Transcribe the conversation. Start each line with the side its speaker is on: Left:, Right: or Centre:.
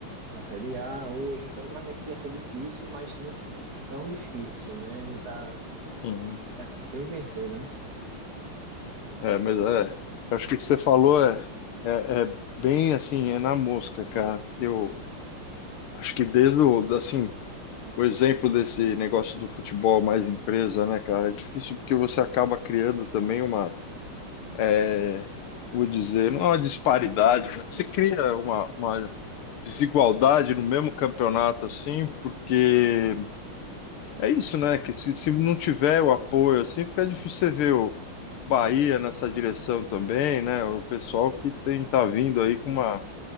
Right: na Série A hoje, então eu imagino que ia ser difícil, mas não tão difícil, né, a gente tá
Left: uhum.
Right: sem vencer, né?
Left: É, mas é, acho que o que você falou é, é, é bem assim, é na mosca, cara. Eu acho que desde o, assim, o exemplo desse negócio do futebol mais empresa, né, cara? É difícil porque você acaba criando também uma, é, vou dizer, não é uma disparidade, mas você cria uma, uma desigualdade no mesmo campeonato, assim, porque é isso, né? Que se, se não tiver o apoio, assim, fica difícil você ver o Bahia nessa direção também, né? O pessoal que tem, tá vindo aí com uma.